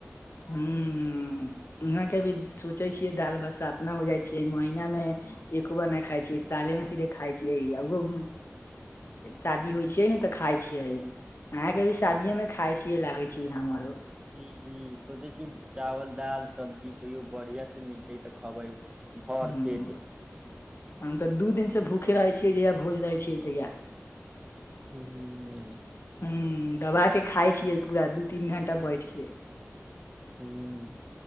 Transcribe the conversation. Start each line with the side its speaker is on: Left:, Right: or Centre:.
Left: हुँ उहाँके भी सोचै छियै दाल भात सपना हो जाइ छियै महिनामे एको बार नहि खाइ छियै साले मे सीधे खाइ छियै उहो शादी होइ छियै ने तऽ खाइ छियै अहाके भी शादीे में खााय छीयै लागे छी हमरो
Right: जी जी सोचै छी चावल दाल सब्जी कहियो बढ़िया से मिलते तऽ खबै भर
Left: हुँ
Right: पेट
Left: हम तऽ दू दिन से भूखे रहैत छियै जहिया भोज रहै छियै तहिया
Right: हुँ
Left: हुँ दबा के खााय छियै पूरा दू तीन घंटा बैठके
Right: हुँ